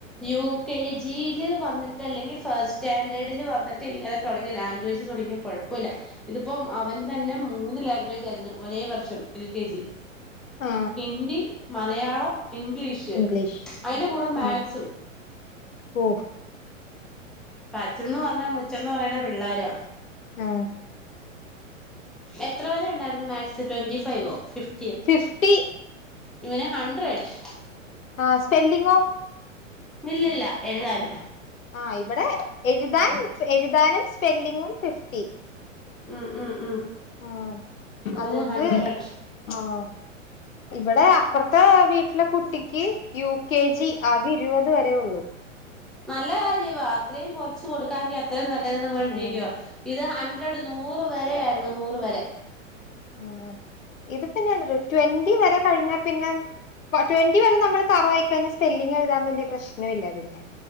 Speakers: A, in the centre; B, on the left (about 85°).
A: യു കെ ജിയില് വന്നിട്ട് അല്ലെങ്കി ഫസ്റ്റ് സ്റ്റാൻഡേർഡില് വന്നിട്ട് ഇങ്ങനെ തുടങ്ങിയ ലാംഗ്വേജ് തുടങ്ങിയ കുഴപ്പമില്ല ഇതിപ്പം അവന് തന്നെ മൂന്ന് ലാംഗ്വേജ് ആയിരുന്നു ഒരേ വർഷം എൽ കെ ജി
B: ആ
A: ഹിന്ദി മലയാളം ഇംഗ്ലീഷ്
B: ക്ലിഷ്
A: അതിന്റെ കൂടെ
B: ഹാ
A: മാത്സും
B: ഹൊഹ്
A: പച്ചന്ന് പറഞ്ഞാ മുച്ചന്ന് പറയ്ണ പിള്ളെര
B: ആ
A: എത്ര വെരെ ഉണ്ടായിരുന്നു മാത്സ് ട്വന്റി ഫൈവോ ഫിഫ്
B: ഫിഫ്ട്ടി
A: ഇവെന് ഹഡ്രഡ്
B: ആ സ്പെല്ലിങ്ങോ
A: ന്നില്ലല്ല എഴുതാന്
B: ആഹ് ഇവടെ എഴുതാൻ എഴുതാനും സ്പെല്ലിങ്ങും ഫിഫ്റ്റി.
A: ഉം, ഉം, ഉം
B: ആഹ്
A: അവന്
B: അതുകൊണ്ട്
A: ഹൺഡ്രഡ്
B: ആഹ് ഇവടെ
A: ഉം
B: അപ്പർ ത്താ വീട്ടിലെ കുട്ടിക്ക് യു കെ ജി ആകെ ഇരുപത് വെരേ ഒള്ളൂ.
A: ന്നല്ലെ കാര്യവാ അത്രീം കൊർച്ച് കൊടുക്കാങ്കി അത്രി ന്നല്ലെതെന്ന് പറഞ്ഞണ്ടിരിക്കുവ.
B: ആഹ്
A: ഇത് ഹൺഡ്രഡ് നൂറ് വെരെ ആയിരുന്നു നൂറ് വെരെ.
B: ഉം ഇത്പിന്നെല്ല ട്വന്റി വെരെ കഴിഞ്ഞാ പിന്നെ ട്വന് ന്റി വെരെ ന്നമ്മൾ തറയായിക്കയ്ഞ്ഞാൽ സ്പെല്ലിങ്‌ എഴുതൻ വല്ല്യാ പ്രശ്നൊല്ല പിന്നെ